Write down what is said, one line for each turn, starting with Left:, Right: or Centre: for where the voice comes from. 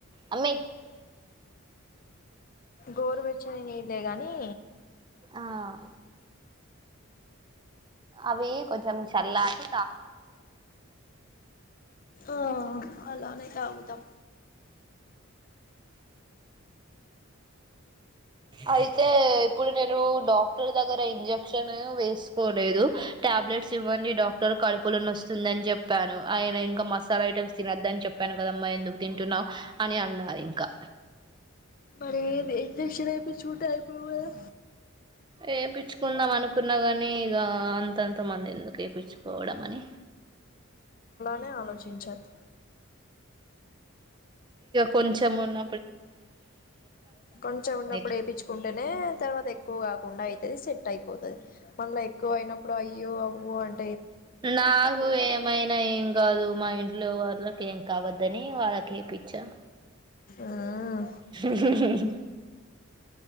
Right: అమ్మి.
Left: గోరు వెచ్చని నీరు. అదే కానీ.
Right: ఆహ్. అవి కొంచెం చల్లార్చి.
Left: ఆహ్ అలానే తాగుతా.
Right: అయితే ఇప్పుడు నేను డాక్టర్ దగ్గర ఇంజక్షన్ వేసుకోలేదు టాబ్లెట్స్ ఇవ్వండి. డాక్టర్ కడుపులోన వస్తుందని చెప్పాను. ఆయన ఇంకా మసాలా ఐటమ్స్ తినొద్దని చెప్పాను కదమ్మా. ఎందుకు తింటున్నావు అని అన్నారు ఇంకా.
Left: మరి ఇంజెక్షన్ ఏపిచ్చుకుంటే అయిపోవు కదా.
Right: ఏపిచ్చుకుందాం అనుకున్నా గాని. ఆహ్ అంతంత మందిలు. ఎపిచ్చుకోవడంమనీ.
Left: ఆలోచించొద్దు.
Right: కొంచెము ఉన్న
Left: కొంచెం ఉన్నప్పుడు
Right: కదా
Left: ఏపిచ్చుకుంటానే తర్వాత ఎక్కువ కాకుండా అయితు అది సెట్ అయిపోతు మనాలో ఎక్కువ అయినప్పు అయ్యో అబ్బో అన్
Right: నాకు ఏమైనా ఏం కాదు మా ఇంట్లో వాళ్ళకి ఏం కావద్దని వాళ్ళకి ఎప్పిచ్చాం.
Left: మ్మ్
Right: హమ్ హమ్